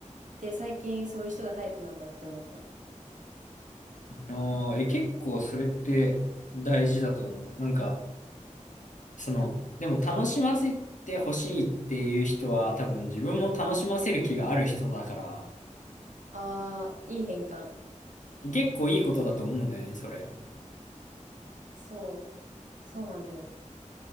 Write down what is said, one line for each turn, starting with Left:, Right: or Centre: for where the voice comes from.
Right: で、最近そういう人がタイプなんだって思ったの。
Left: ああ、え、結構それって大事だと思う。なんか、その、でも楽しませてほしいっていう人は多分自分も楽しませる気がある人だから、
Right: あー、いい変換。
Left: え結構いいことだと思うんだよね、それ。
Right: そう、そうなんだよ。